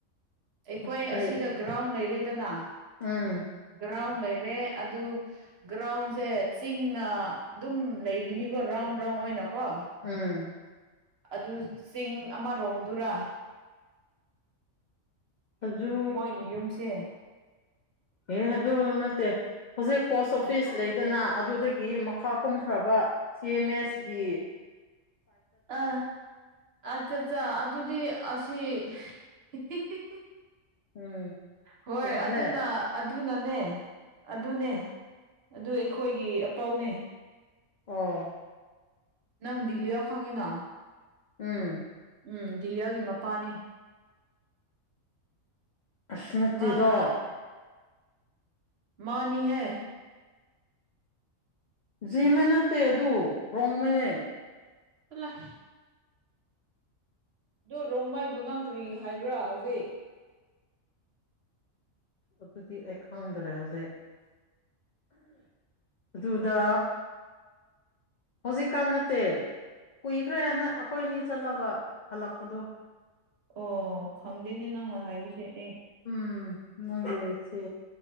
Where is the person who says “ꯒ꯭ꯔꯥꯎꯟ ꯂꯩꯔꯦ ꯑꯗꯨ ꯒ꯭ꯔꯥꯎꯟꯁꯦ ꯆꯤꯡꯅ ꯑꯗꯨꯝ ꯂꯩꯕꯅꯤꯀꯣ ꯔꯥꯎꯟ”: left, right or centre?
Right